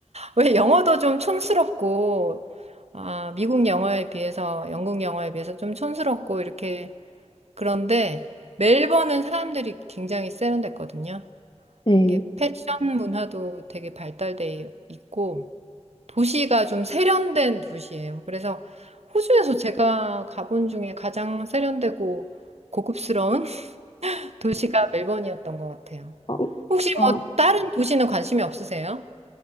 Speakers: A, on the right; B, on the left.
A: 왜 영어도 좀 촌스럽고, 아, 미국 영어에 비해서, 영국 영어에 비해서 좀 촌스럽고, 이렇게. 그런데 멜번은 사람들이 굉장히 세련됐거든요.
B: 네.
A: 이게 패션 문화도 되게 발달돼 있고 도시가 좀 세련된 도시예요. 그래서 호주에서 제가 가본 중에 가장 세련되고 고급스러운 <laughs> 도시가 멜번이었던 것 같아요.
B: 어,
A: 혹시
B: 어,
A: 뭐 다른 도시는 관심이 없으세요?